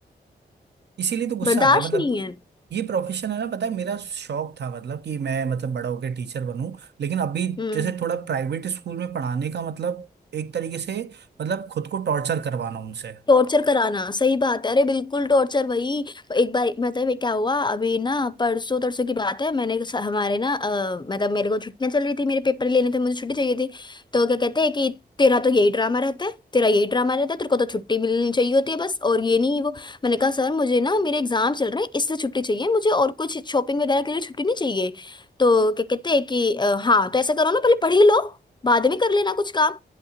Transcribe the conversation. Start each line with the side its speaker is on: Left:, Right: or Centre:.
Right: इसीलिए तो गुस्सा
Left: बर्दाश्त
Right: आता है मतलब
Left: नहीं है
Right: ये प्रोफेशन है ना पता है मेरा शौक था मतलब कि मैं मतलब बड़ा होकर टीचर बनूं लेकिन अभी
Left: हम्म
Right: जैसे थोड़ा प्राइवेट स्कूल में पढ़ाने का मतलब एक तरीके से मतलब खुद को टॉर्चर करवाना उनसे
Left: टॉर्चर कराना सही बात है अरे बिल्कुल टॉर्चर वही एक बार मतलब ये क्या हुआ अभी ना परसों तरसों की बात है मैंने स- हमारे ना अ, मतलब मेरे को छुट्टियां चल रही थी मेरे पेपर लेने थे मुझे छुट्टी चाहिए थी तो क्या कहते हैं कि तेरा तो यही ड्रामा रहता है तेरा यही ड्रामा रहता है तेरे को तो छुट्टी मिलनी चाहिए होती है बस और ये नहीं वो मैंने कहा सर मुझे ना मेरे एग्जाम चल रहे हैं इसलिए छुट्टी चाहिए मुझे और कुछ शॉपिंग वगैरह के लिए छुट्टी नहीं चाहिए तो क्या कहते हैं कि अ, हाँ तो ऐसा करो ना पहले पढ़ ही लो बाद में कर लेना कुछ काम